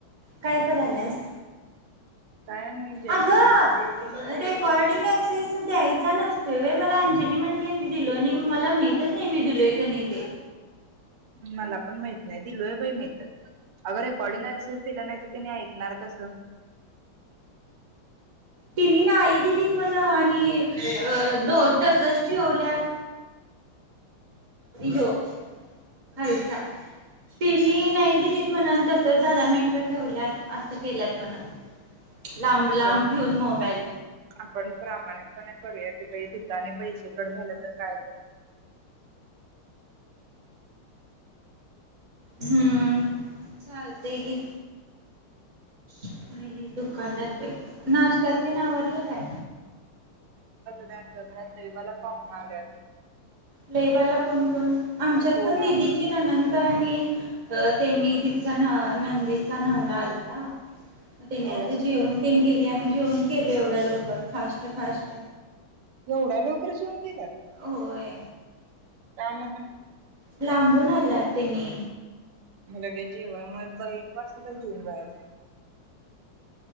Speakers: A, on the right; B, on the right.
A: काय करायलास.
B: काय नाही जस्ट
A: अगं
B: बस
A: कॉर्डिंग क्सेस द्यायचा नसतोय मला अंजली म्हटलीय मी दिलो आणि मला माहितच नाही मी दिलोय क नाही ते
B: मला पण माहिती. नाही दिलो बाई मी. अगं रकॉडिंगक्सेस दिला नाही तर तेनी एक होणार कसं
A: तिने नाही दिलीत म्हणा आणि द तसच ठेवल्यात हो खालचा तिनी नाही दिलीत म्हणून तस दध मिनट ठेवल्यात असं केल्यात म्हणून लांब
B: नको
A: लांब ठेऊून मोबाईल
B: आपण प्रामाणिकपणे करूया की आणि पैसेकड झालं तर काय कर
A: हम्म चालतय गी पाहिले दुकानत नाश्त्याचे नावरलं काय
B: गना ल मला पाऊ आल्यात
A: ललेवाला कोण कोण आमच्यात
B: दोन
A: पण दिदीची
B: आ
A: ननांद आणि त्यांनी तिचा नंदेचा नवरा आलचा म तेनी
B: एवढ्या
A: आता
B: सकाळी
A: जेवन तने गेली आम्ही जेवन केलो एवढ्या लवकर फास्ट फास्ट
B: एवढा लोकररी जेऊन गेला
A: होय
B: काय म्हण
A: लांबून आल्यात तेनी
B: लगेच <unintelligible> घेऊन जायच